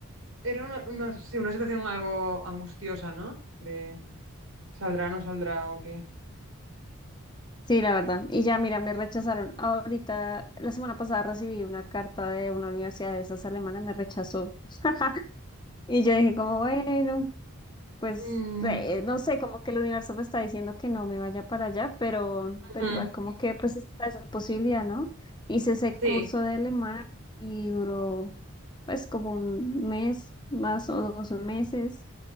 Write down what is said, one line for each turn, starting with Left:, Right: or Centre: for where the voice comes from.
Right: era una, una, sí, una situación algo angustiosa, ¿no? De saldrá, no saldrá, o qué.
Left: Sí, la verdad. Y ya, mira, me rechazaron. Ahorita, la semana pasada recibí una carta de una universidad de esas alemanas, me rechazó. <laughs> Y yo dije como, bueno. pues
Right: Mm,
Left: eh, no sé, como que el universo me está diciendo que no me vaya para allá, pero,
Right: ujú.
Left: pero igual como que pues está esa posibilidad, ¿no? Hice ese
Right: Sí.
Left: curso de alemán y duró pues como un mes más o dos meses,